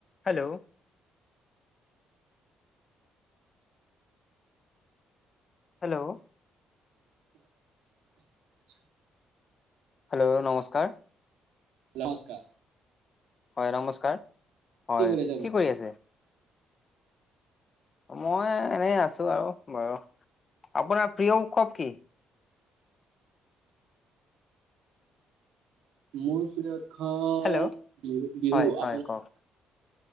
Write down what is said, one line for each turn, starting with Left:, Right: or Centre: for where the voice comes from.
Left: হেল্ল', হেল্ল',
Right: <inaudible>
Left: হেল্ল', নমস্কাৰ।
Right: নমস্কাৰ।
Left: হয় নমস্কাৰ হয়
Right: কৰিছে আপুনি?
Left: কি কৰি আছে। মই এনে আছো আৰু বাৰু আপোনাৰ প্ৰিয় উৎসৱ কি।
Right: মোৰ প্ৰিয় উৎসৱ
Left: হেল্ল'
Right: বিহু বিহু
Left: হয় হয়
Right: আপোনাৰ।
Left: কওক